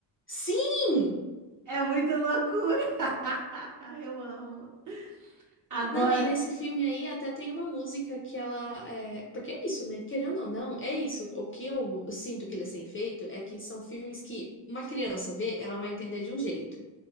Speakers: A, on the left (about 30°); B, on the right (about 40°).
A: Sim!
B: É muito loucura. <laughs> Eu amo. Agora,
A: Não, e nesse filme aí até tem uma música que ela. é, Porque é isso, né? Querendo ou não, é isso. O que eu sinto que eles têm feito é que são filmes que uma criança vê, ela vai entender de um jeito.